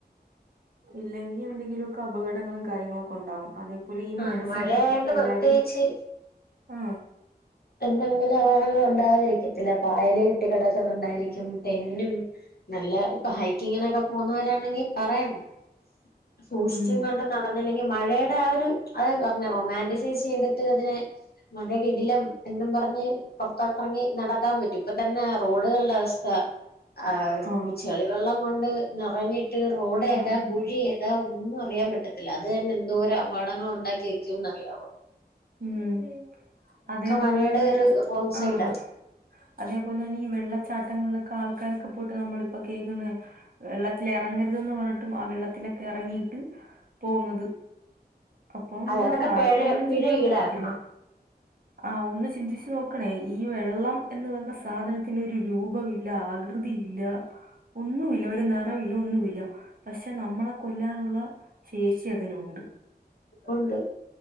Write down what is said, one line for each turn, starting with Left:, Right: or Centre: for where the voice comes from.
Right: ഇല്ലെങ്കിൽ എന്തെങ്കിലുമൊക്കെ അപകടങ്ങളും കാര്യങ്ങളൊ ഒക്കെ ഉണ്ടാവും. അതേ അത് പോലെ ഈ മഴ
Left: ആഹ് മഴയായോണ്ട്
Right: സമയത്തൊക്കെ എല്ലാരും
Left: പ്രത്യേകിച്ച്
Right: ആ
Left: എന്തെങ്കിലും ആ പകടങ്ങൾ ഉണ്ടാകാതിരിക്കത്തില്ല. പായല് കെട്ടി കിടക്കുന്നുണ്ടായിരിക്കും. തെന്നും. നല്ല ഇപ്പൊ ഹൈക്കിങ്ങിനൊക്കെ പോകുന്നവരാണെങ്കിൽ പറയണ്ട സൂക്ഷിച്ചും
Right: ഉം
Left: കൊണ്ട് പറഞ്ഞെങ്കിൽ മഴയുടെ ആ ഒരു അത പറഞ്ഞ റൊമാന്റിസൈസ് ചെയ്തിട്ട് അതിനെ മഴ കിടിലം എന്നും പറഞ്ഞ് പുറത്തോട്ടറങ്ങി നടക്കാൻ പറ്റും ഇപ്പ തന്നെ റോഡുകളുടെ അവസ്ഥ ആ്
Right: ആ
Left: ചെളിവെള്ളം കൊണ്ട് നിറഞ്ഞിട്ട് റോഡ്
Right: നിറഞ്ഞിരിക്കും
Left: ഏതാ കുഴി ഏതാ ഇതാ ഒന്നും അറിയാ പറ്റത്തില്ല അത് തന്നെ എന്തോര അപകടങ്ങൾ ഉണ്ടാക്കി വെക്കുംന്ന് അറിയാമോ?
Right: ഉം അതേ പോലെ
Left: മഴയുടെ
Right: തന്നെ
Left: ഒരു റോങ് സൈഡാ
Right: ആഹ് അതേ പോലെ അന്നെ ഈ വെള്ളച്ചാട്ടങ്ങളിലക്കെ ആൾക്കാരൊക്കെ പൊ നമ്മളിപ്പോ കേക്ക്ന്നേ വെള്ളത്തില് എറങ്ങരുതാന്ന് പറഞ്ഞിട്ടും ആഹ് വെള്ളത്തിലൊ എറങ്ങിയിട്ട് പോന്നത് അപ്പൊ എന്താ
Left: അത് അതൊക്കെ
Right: ആർക്കും
Left: പിഴ
Right: ഒന്നും
Left: പിഴ
Right: ചെയ്യാൻ
Left: ഈടാക്കണം
Right: പറ്റത്തില്ലാ ആഹ് ഒന്ന് ചിന്തിച്ച് നോക്കാണേ ഈ വെള്ളം എന്ന് പറഞ്ഞാ സാധനത്തിന് ഒര് രൂപമി ല്ലാ ആകൃതി ഇല്ല ഒന്നും ഇല്ല ഒര് നെറും ഇല്ലാ ഒന്നുയില്ലാ പശേ നമ്മളെ കൊല്ലാനോള്ള ശേഷി അതിനേണ്ട്
Left: ഒണ്ട്